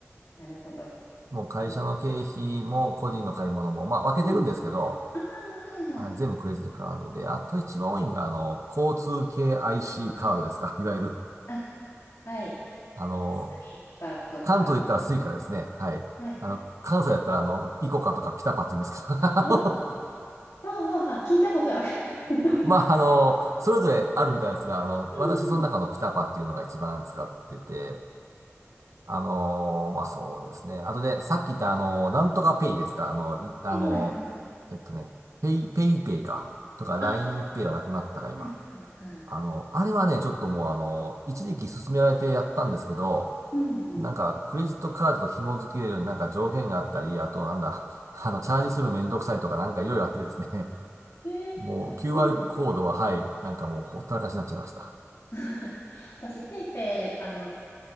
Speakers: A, on the left; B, on the right.
A: なるほど。
B: もう会社の経費も個人の買い物も、
A: うん。
B: まあ分けてるんですけど、
A: うんあー、はいはい。
B: はい、全部クレジットカードで、あと一番多いのが、あの、交通系 IC カードですか。<laughs> いわゆる、
A: あ、はい。
B: あの、
A: スイカとか。
B: 関東で言ったらスイカですね。はい。
A: はい。
B: あの、関西だったら、あの、イコカとかピタパって言うんですけど、<laughs> あの
A: あ、ああ、あ聞いたことある。<laughs>
B: まあ、あの、それぞれあるみたいですが、あの、
A: うんうん。
B: 私その中のピタパっていうのが一番使ってて、あの、まあ、そうですね。あとね、さっき言ったあの、なんとかペイですか。あの、あの、
A: はいはいはい。
B: えっとね、ペイ、ペイペイか。とか、ラインペイはなくなったか、
A: あ、
B: 今。
A: はいはいはい。
B: あの、あれはね、ちょっともうあの、一時期勧められてやったんですけど、
A: うんうん。
B: なんか、クレジットカードと紐付けるようになんか条件があったり、あとなんだ、<laughs> あの、チャージするめんどくさいとかなんかいろいろあってですね、<laughs>
A: えー、
B: もう
A: あ、
B: QR
A: そうなんだ。
B: コードは、はい、なんかもうほったらかしになっちゃいました。
A: <laughs> 私、ペイペイ、あの、